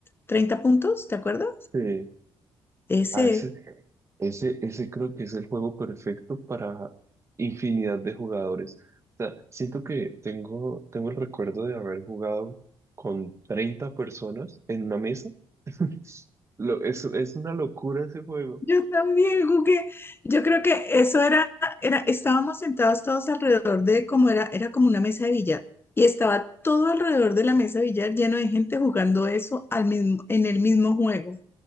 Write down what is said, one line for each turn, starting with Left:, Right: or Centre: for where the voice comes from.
Left: 30 puntos, ¿te acuerdas?
Right: sí.
Left: Ese
Right: Ah, ese, ese, ese creo que es el juego perfecto para infinidad de jugadores. O sea, siento que tengo, tengo el recuerdo de haber jugado con 30 personas en una mesa. <laughs> Lo, es, es una locura ese juego.
Left: Yo también jugué. Yo creo que eso era, era, estábamos sentados todos alrededor de como era, era como una mesa de billar. Y estaba todo alrededor de la mesa de billar lleno de gente jugando eso al mismo, en el mismo juego.